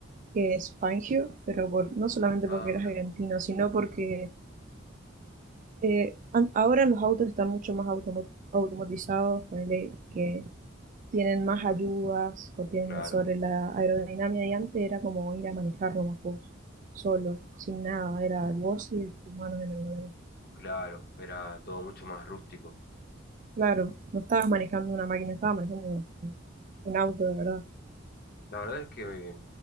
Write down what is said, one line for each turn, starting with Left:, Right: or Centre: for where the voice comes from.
Right: que es Fangio, pero por, no solamente
Left: Ah,
Right: porque
Left: mira.
Right: era argentino, sino porque eh, an- ahora los autos están mucho más automo automatizados, ponele que tienen más ayudas o tienen
Left: Claro,
Right: sobre la aerodinámica y antes era como ir a manejar nomás vos, solo, sin nada, era vos y tus manos en el volante.
Left: claro. Era todo mucho más rústico.
Right: Claro, no estabas manejando una máquina, estabas manejando un, un auto, de verdad.
Left: La verdad es que